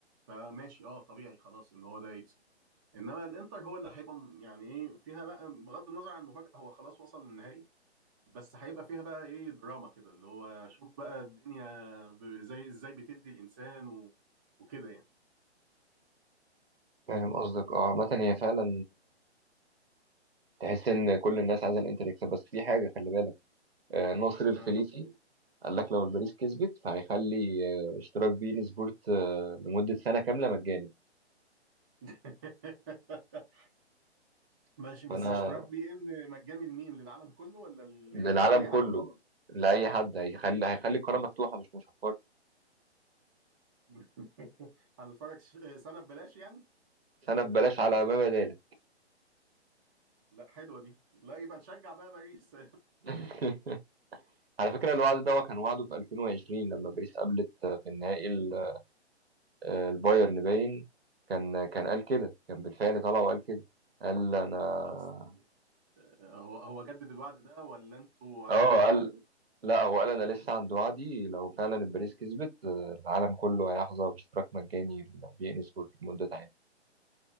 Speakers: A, on the right; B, on the right.
A: فماشي اه طبيعي خلاص ان هو ده يكسب انما الانتر هو اللي هيبقى م- يعني ايه فيها بقى بغض النظر عن المفاجاه هو خلاص وصل للنهائي بس هيبقى فيها بقى ايه دراما كده اللي هو شوف بقى الدنيا ب- زي ازاي بتدي الانسان و... وكده يعني
B: فاهم قصدك اه عامة هي فعلا تحس ان كل الناس عايزه الانتر يكسب بس في حاجه خلي بالك آه، ناصر الخليفي
A: آه.
B: قال لك لو الباريس كسبت فهيخلي آه، اشتراك بين سبورت آه، لمدة سنة كاملة مجاني
A: <laughs> ماشي بس
B: فأنا
A: اشتراك بي ان مجاني لمين للعالم كله ولا لل-
B: للعالم
A: يعني اي حد
B: كله لأي حد هيخلي هيخلي القناة مفتوحة مش مشفرة
A: <laughs> هنتفرج ش- سنه ببلاش يعني
B: سنة ببلاش على ما بدالك
A: لا حلوه دي لا يبقى نشجع بقى باريس
B: <laughs> على فكرة الوعد ده كان وعده في 2020 لما باريس قابلت آه، في النهائي ال- آه، البايرن باين كان كان قال كده كان بالفعل طلع وقال كده قال أنا
A: <laughs> طب است- هو هو جدد الوعد ده ولا انتوا على
B: اه
A: قديمه
B: قال لا هو قال انا لسه عند وعدي لو فعلا الباريس كسبت آه، العالم كله هيحظى باشتراك مجاني لو بي ان سبورت لمده عام